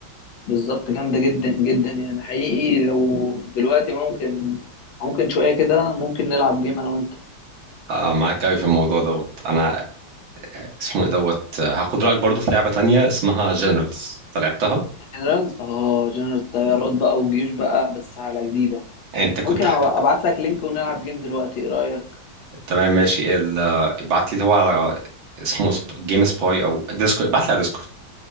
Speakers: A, on the left; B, on the right.
A: بالظبط جامدة جدا جدا يعني حقيقي لو دلوقتي ممكن ممكن شوية كده ممكن نلعب جيم أنا وأنت
B: آه معاك قوي في الموضوع دوت انا اسمه ايه دوت آه، هاخد رايك برضو في لعبه تانية اسمها جنرالز انت لعبتها
A: جنرالز اه جنرالز طيارات بقى وجيوش بقى بس على جديدة
B: انت كنت
A: ممكن
B: حب...
A: أبعت لك لينك ونلعب جيم دلوقتي إيه رأيك؟
B: تمام ماشي ال... ابعت لي اللي هو على اسمه سب... جيم سباي او ديسكورد ابعت لي على ديسكورد